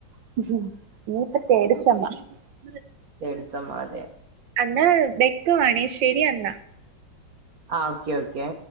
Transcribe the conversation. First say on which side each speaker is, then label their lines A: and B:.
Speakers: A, on the right; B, on the right.
A: <unintelligible>
B: <unintelligible>
A: എന്നാ വെക്കവാണേ ശരിയന്നാ
B: ആ ഓക്കെ ഓക്കെ